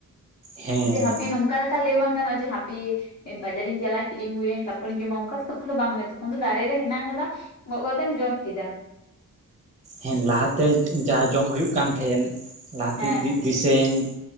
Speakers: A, on the right (about 20°); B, on the left (about 65°).
A: ᱦᱮᱸ
B: ᱡᱮ ᱦᱟᱯᱮ ᱱᱚᱝᱠᱟ ᱞᱮᱠᱟ ᱞᱟᱹᱭ ᱵᱟᱝ ᱜᱟᱱᱚᱜ-ᱟ ᱡᱮ ᱦᱟᱯᱮ ᱵᱟᱡᱟᱨᱤᱧ ᱪᱟᱞᱟᱜᱼᱟ ᱠᱤᱨᱤᱧ ᱜᱩᱭᱟᱹᱧ ᱛᱟᱯᱚᱨᱤᱧ ᱡᱚᱢᱟ ᱚᱝᱠᱟ ᱫᱚ ᱛᱚᱠᱷᱚᱱ ᱫᱚ ᱵᱟᱝ ᱦᱳᱭᱳᱼᱟ ᱛᱚᱠᱷᱚᱱ ᱫᱚ ᱫᱟᱨᱮ ᱨᱮ ᱦᱮᱱᱟᱜ ᱠᱟᱫᱟ ᱜᱚᱜ ᱠᱟᱛᱮᱢ ᱡᱚᱢ ᱠᱮᱫᱟ ᱾
A: ᱦᱮᱸ ᱞᱟᱦᱟ ᱛᱮ ᱡᱟᱦᱟᱸ ᱡᱚᱢ ᱦᱩᱭᱩᱜ ᱠᱟᱱ ᱛᱟᱦᱮᱸᱱ ᱞᱟᱦᱟᱛᱮ
B: ᱦᱮᱸ
A: ᱵᱤ ᱵᱤᱥ ᱛᱮᱦᱮᱧ